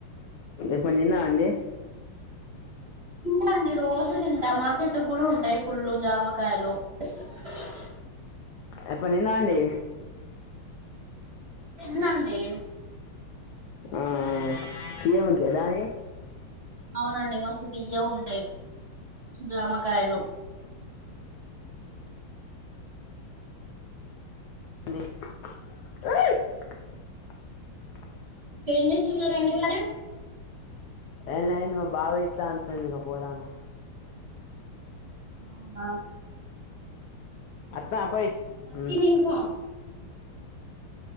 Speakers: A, on the left; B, on the right.
A: ఎప్పు నేన్న అండి
B: తింటా అండి రోజు తింటా మా చెట్టుకు కూడా ఉంటాయి ఫుల్లు జామకాయలు <unintelligible>
A: ఎప్పు నిన్నా అండి
B: తిన్నాండి
A: ఆ తియ్యగా ఉంటయా దాని
B: అవునండి మస్తుతియ్యగ ఉంటాయి జామకాయలు
A: <unintelligible>
B: ఇంకేంచేస్తున్నారు అండి మరి
A: ఎమ్లా బావిఇట్లో త పోదము
B: అవునా
A: అత్త పోయి
B: పనికి
A: ఉమ్,
B: నింకా